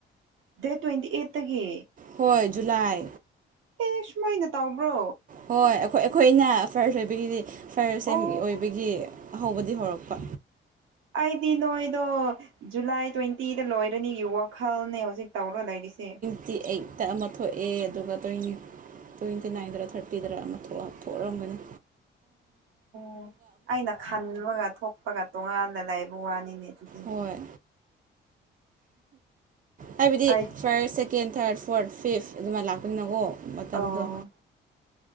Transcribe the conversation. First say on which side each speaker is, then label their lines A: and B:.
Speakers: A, on the right; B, on the right.
A: ꯗꯦꯠ ꯇ꯭ꯋꯦꯟꯇꯤ ꯑꯩꯠꯇꯒꯤ
B: ꯍꯣꯏ ꯖꯨꯂꯥꯏ
A: ꯑꯦ ꯁꯨꯃꯥꯏꯅ ꯇꯧꯕ꯭ꯔꯣ
B: ꯍꯣꯏ ꯑꯩꯈꯣꯏ ꯑꯩꯈꯣꯏꯅ ꯐꯔꯁ ꯑꯣꯏꯕꯒꯤꯗꯤ ꯐꯔꯁ ꯁꯦꯝ
A: ꯑꯣ
B: ꯑꯣꯏꯕꯒꯤ ꯑꯍꯧꯕꯗꯤ ꯍꯧꯔꯛꯄ
A: ꯑꯩꯗꯤ ꯅꯣꯏꯗꯣ ꯖꯨꯂꯥꯏ ꯇ꯭ꯋꯦꯟꯇꯤꯗ ꯂꯣꯏꯔꯅꯤꯒꯤ ꯋꯥꯈꯜꯅꯦ ꯍꯧꯖꯤꯛ ꯇꯧꯔ ꯂꯩꯔꯤꯁꯦ
B: ꯇꯤ ꯑꯩꯠꯇ ꯑꯃ ꯊꯣꯛꯑꯦ ꯑꯗꯨꯒ ꯇ꯭ꯋꯦꯟ ꯇ꯭ꯋꯦꯟꯇꯤ ꯅꯥꯏꯟꯗꯔ ꯊꯥꯔꯇꯤꯗꯔ ꯑꯃ ꯊꯣꯛꯑꯝ ꯊꯣꯛꯔꯝꯒꯅꯤ
A: ꯑꯣ ꯑꯩꯅ ꯈꯟꯕꯒ ꯊꯣꯛꯄꯒ ꯇꯣꯉꯥꯟꯅ ꯂꯩꯕꯩ ꯋꯥꯅꯤꯅꯦ ꯑꯗꯨꯗꯤ
B: ꯍꯣꯏ ꯍꯥꯏꯕꯗꯤ
A: ꯑꯩ
B: first second third fourth fifth ꯑꯗꯨꯃꯥꯏ ꯂꯥꯛꯄꯅꯤꯅꯒꯣ ꯃꯇꯝꯗꯣ
A: ꯑꯣ